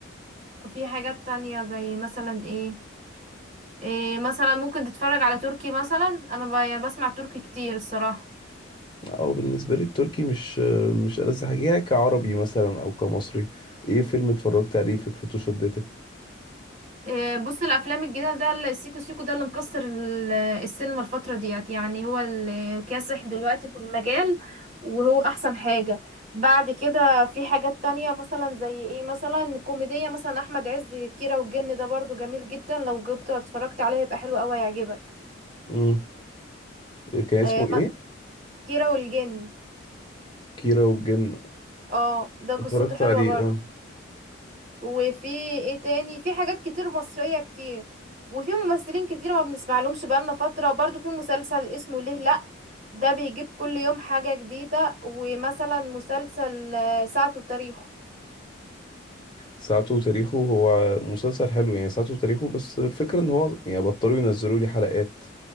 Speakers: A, on the right; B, on the left.
A: وفي حاجات تانية زي مثلا ايه, إيه مثلا ممكن تتفرج على تركي مثلا انا ب... يعني بسمع تركي كتير الصراحة
B: او بالنسبة لي التركي مش مش ألذ حاجة يعني كعربي مثلا او كمصري ايه فيلم اتفرجت عليه فكرته شدتك
A: إيه، بص الافلام الجديده ده السيكو سيكو ده اللي مكسر ال- السينما الفتره ديت يعني هو اللي كاسح دلوقتي في المجال وهو احسن حاجه بعد كده في حاجات تانية مثلا زي ايه مثلا كوميديه مثلا احمد عز كيرة والجن ده برضو جميل جدا لو جبته اتفرجت عليه هيبقى حلو قوي هيعجبك
B: امم كان اسمه
A: إيه،
B: ايه
A: ما- كيرة والجن
B: كيرة والجن
A: اه ده
B: اتفرجت
A: قصته حلوه
B: عليه
A: برضو
B: اه
A: وفي ايه تاني في حاجات كتير مصرية كتير وفي ممثلين كتير ما بنسمع لهمش بقالنا فترة برضو في مسلسل اسمه ليه لأ ده بيجيب كل يوم حاجة جديدة ومثلا مسلسل آه، ساعته وتاريخه
B: ساعته وتاريخه هو مسلسل حلو يعني ساعته وتاريخه بس الفكرة ان هو يعني بطلوا ينزلوا لي حلقات